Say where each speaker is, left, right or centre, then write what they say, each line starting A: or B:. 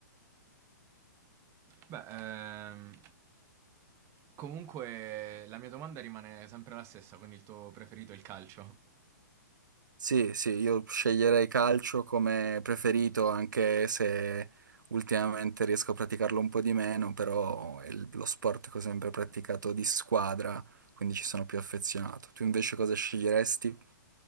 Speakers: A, on the right; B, on the right.
A: Beh, ehm, comunque la mia domanda rimane sempre la stessa, quindi il tuo preferito è il calcio?
B: Sì, sì, io sceglierei calcio come preferito, anche se ultimamente riesco a praticarlo un po' di meno, però è il- lo sport che ho sempre praticato di squadra, quindi ci sono più affezionato. Tu invece cosa sceglieresti?